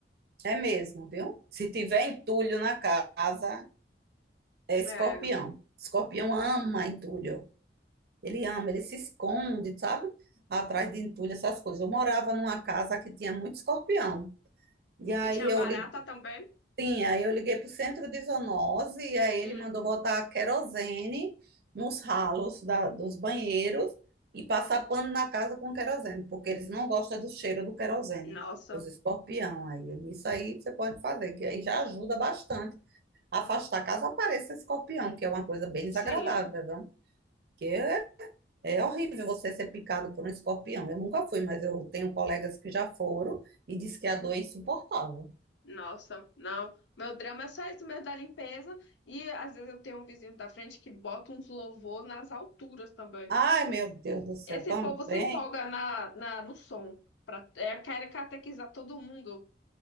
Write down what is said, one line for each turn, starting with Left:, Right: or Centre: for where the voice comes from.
Right: é mesmo, viu? Se tiver entulho na casa, é escorpião.
Left: É,
Right: Escorpião ama entulho. Ele ama, ele se esconde, sabe? Atrás de entulho, essas coisas. Eu morava numa casa que tinha muito escorpião. E aí
Left: E tinha
Right: eu
Left: barata
Right: liguei.
Left: também.
Right: Sim, aí eu liguei para o centro de zoonose e aí ele
Left: Hum,
Right: mandou botar querosene nos ralos da- dos banheiros e passar pano na casa com querosene, porque eles não gostam do cheiro do querosene,
Left: nossa,
Right: os escorpião. Aí ele, isso aí você pode fazer, que aí já ajuda bastante a afastar caso apareça escorpião, que é uma coisa bem desagradável,
Left: sim.
Right: viu? Porque é, é horrível você ser picado por um escorpião. Eu nunca fui, mas eu tenho colegas que já foram e diz que a dor é insuportável.
Left: Nossa, não. Meu drama é só isso mesmo da limpeza. E às vezes eu tenho um vizinho da frente que bota uns louvor nas alturas também.
Right: Ai, meu Deus do céu,
Left: Esse
Right: também.
Left: povo se empolga na, na, no som. Pra, é, querem catequizar todo mundo.